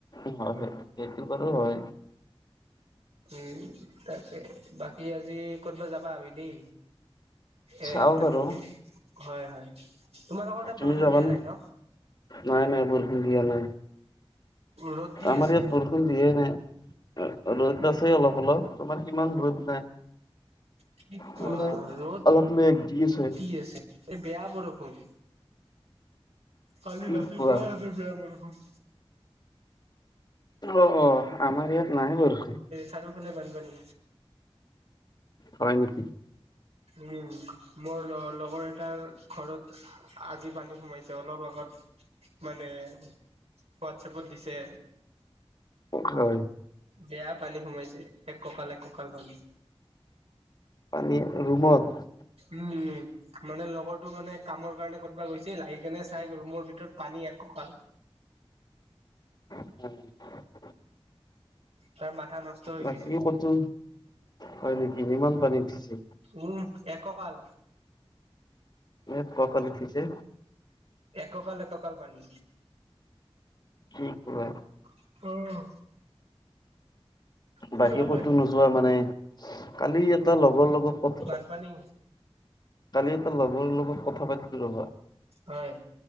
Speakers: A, on the left; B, on the right.
A: উম হয় হয়। সেইটো বাৰু হয়
B: উম তাৰে বাকী আজি ক'তবা যাবা আবেলি এ
A: চাও
B: টোমৌ
A: বাৰু
B: হয় হয় তোমালোকৰ তাত
A: তুমি
B: বৰষুণ
A: যাবা
B: দিয়া
A: নে?
B: নাই ন?
A: নাই নাই বৰষূণ দিয়া নাই
B: ৰ'দ দি
A: আমাৰ
B: আছে।
A: ইয়াত বৰষুণ দিয়ে নাই ৰ'দ আছে অলপ অলপ তোমৰ সিমান ৰ'দ নাই
B: কি কোৱা
A: মানে
B: ৰ'দ
A: অলপ মেঘ আছে
B: দি আছে এ বেয়া বৰষুণ কালি
A: কি
B: ৰাতিৰ
A: কোৱা
B: পৰাই আছে বেয়া বৰষুণ।
A: অ' অ' আমাৰ ইয়াত নাই বৰষুণ
B: চাৰুফালে বানপানী।
A: হয় নেকি
B: উম মোৰ ল লগৰ এটাৰ ঘৰত আজি পানী সোমাইছে অলপ আগত মানে হোৱাটছেএপত দিছে
A: হয়
B: বেয়া পানী সোমাইছে, এক কঁকাল, এক কঁকাল পানী।
A: পানী ৰুমত
B: উম উম মানে লগৰটো মানে কামৰ কাৰণে ক'তবা গৈছিল আহি কেনে চাই ৰুমৰ ভিতৰত পানী এক কঁকাল
A: উম
B: তাৰ মাথা নষ্ট। হৈ
A: বাকী
B: গৈছে।
A: ক'তো হয় নেকি ইমান পানী উঠিছে
B: উম এক কঁকাল
A: এ পকা লিখিছে
B: এককাল এককাল পানী
A: কি কোৱা?
B: অ', পুৰা
A: বাকী ক'তো
B: পানী
A: নোযোৱা মানে কালি এটা লগৰ লগত কথা
B: পানী
A: কালি এটা লগৰ লগত কথা পাতিলো ৰবা
B: হয়